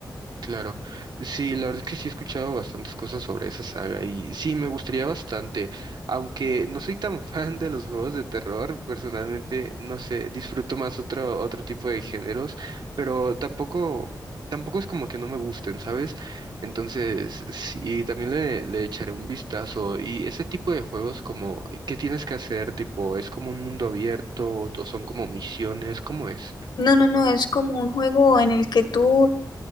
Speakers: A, on the right; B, on the left.
A: Claro, sí, la verdad es que sí he escuchado bastantes cosas sobre esa saga y sí, me gustaría bastante, aunque no soy tan <laughs> fan de los juegos de terror, personalmente, no sé, disfruto más otro, otro tipo de géneros, pero tampoco, tampoco es como que no me gusten, ¿sabes? Entonces, sí, también le, le echaré un vistazo y ese tipo de juegos como, ¿qué tienes que hacer? Tipo, ¿es como un mundo abierto o son como misiones? ¿Cómo es?
B: No, no, no, es como un juego en el que tú